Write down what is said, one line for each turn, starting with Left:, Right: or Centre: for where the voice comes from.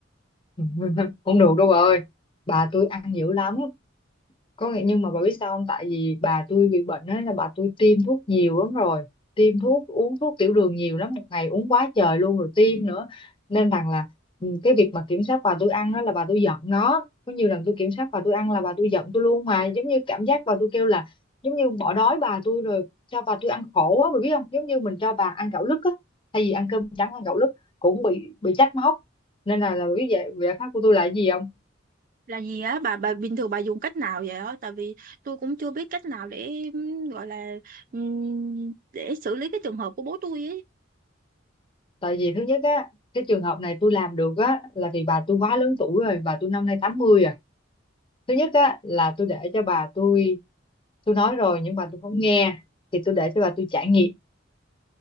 Left: <laughs> không được đâu bà ơi bà tôi ăn dữ lắm có nghĩa nhưng mà bà biết sao không tại vì bà tôi bị bệnh á là bà tôi tiêm thuốc nhiều lắm rồi tiêm thuốc uống thuốc tiểu đường nhiều lắm một ngày uống quá trời luôn rồi tiêm nữa nên rằng là ừ, cái việc mà kiểm soát bà tôi ăn á là bà tôi giận nó có nhiều lần tôi kiểm soát bà tôi ăn là bà tôi giận tôi luôn mà giống như cảm giác bà tôi kêu là giống như bỏ đói bà tôi rồi cho bà tôi ăn khổ á bà biết không giống như mình cho bà ăn gạo lứt á thay vì ăn cơm trắng ăn gạo lứt cũng bị bị trách móc nên là là bà biết vậy giải pháp của tôi là cái gì không?
Right: là gì á bà bà bình thường bà dùng cách nào vậy á tại vì tôi cũng chưa biết cách nào để ừm, gọi là ừm, để xử lý cái trường hợp của bố tôi ấy
Left: tại vì thứ nhất á cái trường hợp này tôi làm được á là vì bà tôi quá lớn tuổi rồi bà tôi năm nay tám mươi à thứ nhất á là tôi để cho bà tôi tôi nói rồi nhưng bà tôi không nghe thì tôi để cho bà tôi trải nghiệm